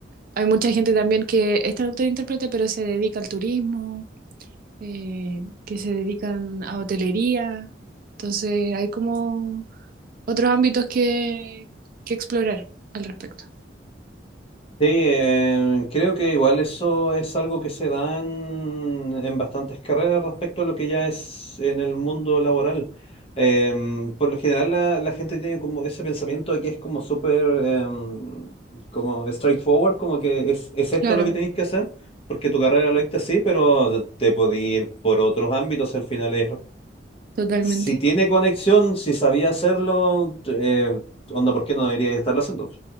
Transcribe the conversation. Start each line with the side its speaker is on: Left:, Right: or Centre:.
Right: Hay mucha gente también que es traductor e intérprete, pero se dedica al turismo eh, que se dedican a hotelería. Entonces hay como otros ámbitos que, que explorar al respecto.
Left: Sí, eh, creo que igual eso es algo que se da en, en bastantes carreras respecto a lo que ya es en el mundo laboral. Em, por lo general la, la gente tiene como ese pensamiento de que es como súper em, como straightforward, como que es, es esto
Right: Claro,
Left: lo que tenéis que hacer, porque tu carrera lo dicta así, pero te podéis ir por otros ámbitos al final es...
Right: totalmente.
Left: Si tiene conexión, si sabía hacerlo, eh, onda, ¿por qué no debería estarlo haciendo?